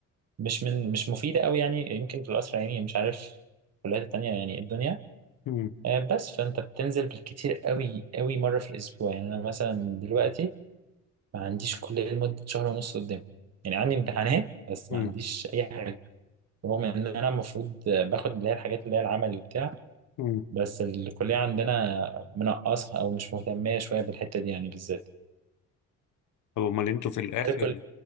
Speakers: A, on the right; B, on the left.
A: مش من مش مفيده قوي يعني يمكن في القصر العيني مش عارف الكليات التانيه يعني إيه الدنيا
B: مم.
A: آه، بس فانت بتنزل بالكتير قوي قوي مره في الاسبوع يعني انا مثلا دلوقتي ما عنديش كلية لمدة شهر ونص قدام يعني عندي امتحانات بس
B: مم.
A: ما عنديش أي حاجة رغم إن أنا المفروض باخد اللي هي الحاجات اللي هي العملي وبتاع
B: مم.
A: بس الكلية عندنا منقصها أو مش مهتمة شوية بالحتة دي يعني بالذات
B: طب امال انتوا في الاخر
A: هل الكلية